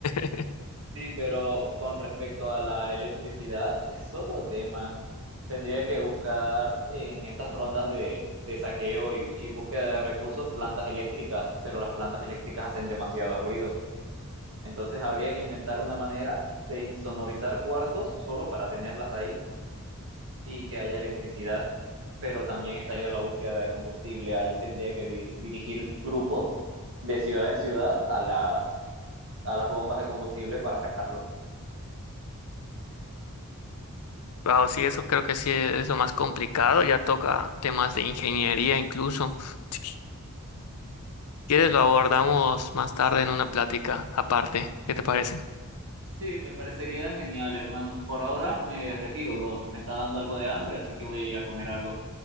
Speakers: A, on the left; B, on the right.
A: <laughs>
B: sí, pero con respecto a la electricidad, es otro tema. Tendría que buscar en esas rondas de, de saqueo y y búsqueda de recursos plantas eléctricas, pero las plantas eléctricas hacen demasiado ruido. Entonces habría que inventar una manera de insonorizar cuartos solo para tenerlas ahí y que haya electricidad, pero también estaría la búsqueda de combustible. Ahí tendría que dir- dirigir grupos de ciudad en ciudad a las, a las bombas de combustible para sacarlo.
A: Wow, sí, eso creo que sí es lo más complicado. Ya toca temas de ingeniería incluso. Si quieres, lo abordamos más tarde en una plática aparte. ¿Qué te parece?
B: Sí, me parecería genial, hermano. Por ahora me retiro, bro. Me está dando algo de hambre, así que voy a ir a comer algo.